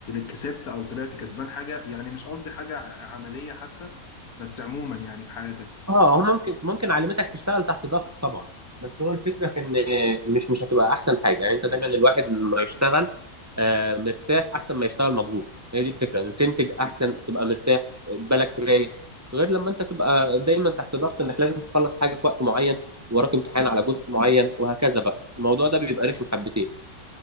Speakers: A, on the left; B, on the right.
A: كسبت او طلعت كسبان حاجة يعني مش قصدي حاجة ع- عملية حتى بس عموما يعني في حياتك
B: اه هو ممكن ممكن علمتك تشتغل تحت ضغط طبعا بس هو الفكره في ان آه، مش مش هتبقى احسن حاجه يعني انت دايما الواحد ما يشتغل آه، مرتاح احسن ما يشتغل مضغوط هي دي الفكره انك تنتج احسن تبقى مرتاح بالك رايق غير لما انت تبقى دايما تحت ضغط انك لازم تخلص حاجه في وقت معين وراك امتحان على جزء معين وهكذا بقى الموضوع ده بيبقى رخم حبتين